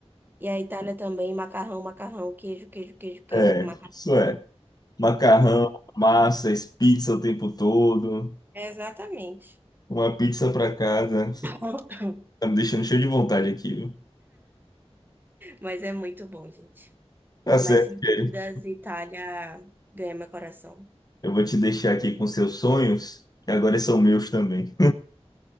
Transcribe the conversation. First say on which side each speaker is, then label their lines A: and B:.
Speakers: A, on the right (about 20°); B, on the left (about 35°).
A: E a Itália também, macarrão, macarrão, queijo, queijo, queijo, queijo
B: é,
A: com macarrão.
B: isso é. Macarrão, massas, pizza o tempo todo.
A: É, exatamente.
B: Uma pizza para casa.
A: <coughs>
B: Tá me deixando cheio de vontade aqui, viu?
A: Mas é muito bom, gente.
B: Tá certo,
A: Mas sem
B: Kelly.
A: dúvidas, Itália ganha meu coração.
B: Eu vou te deixar aqui com seus sonhos, que agora são meus também.